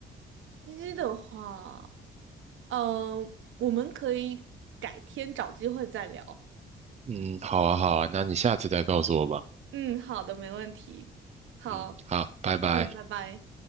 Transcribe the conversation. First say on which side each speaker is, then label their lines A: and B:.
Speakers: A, on the right (about 75°); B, on the right (about 35°).
A: 鸡鸡的话，嗯，我们可以改天找机会再聊。
B: 嗯，好啊，好啊，那你下次再告诉我吧。
A: 嗯，好的，没问题。好，
B: 嗯，好，拜拜。
A: 嗯，拜拜。